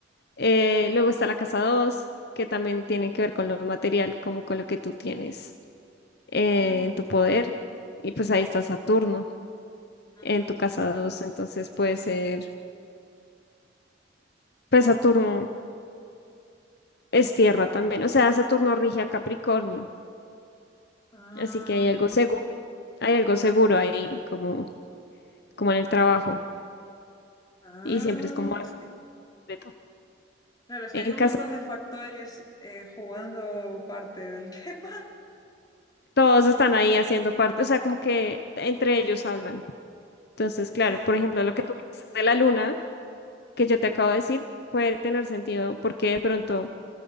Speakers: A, on the left (about 60°); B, on the left (about 20°).
A: Eh, luego está la casa 2 que también tiene que ver con lo material, como con lo que tú tienes eh,
B: Mm,
A: en tu poder. Y pues ahí está Saturno
B: mm.
A: en tu casa dos entonces puede ser, pues Saturno es tierra también, o sea, Saturno rige a Capricornio,
B: Ah,
A: así que hay algo seguro, hay algo seguro ahí como, como en el trabajo
B: ah,
A: y siempre es como algo
B: es que,
A: completo.
B: claro, es que
A: En
B: hay un
A: casa
B: montón de factores eh, jugando parte del <laughs> tema.
A: todos están ahí haciendo parte, o sea, como que entre ellos hablan. Entonces,
B: Sí,
A: claro,
B: sí,
A: por
B: sí.
A: ejemplo, lo que tú me dices de la luna, que yo te acabo de decir, puede tener sentido porque de pronto,